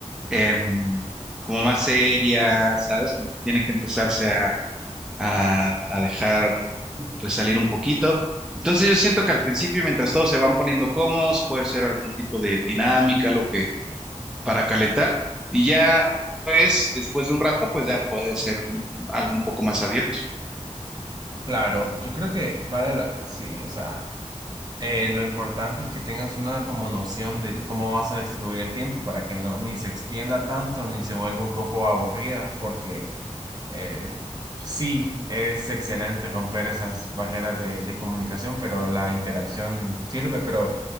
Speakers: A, in the centre; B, on the right (about 35°).
A: em, como más seria, ¿sabes? Como que tiene que empezarse a, a, a dejar pues salir un poquito. Entonces yo siento que al principio, mientras todos se van poniendo cómodos, puede ser algún tipo de dinámica, lo que para calentar, y ya pues después de un rato, pues ya puede ser algo un poco más abierto.
B: Claro, yo creo que va de la, sí, o sea, eh, lo importante es que tengas una como noción de cómo vas a distribuir el tiempo para que no ni se extienda tanto ni se vuelva un poco aburrida, porque Eh, sí, es excelente romper esas barreras de, de comunicación, pero la interacción sirve, pero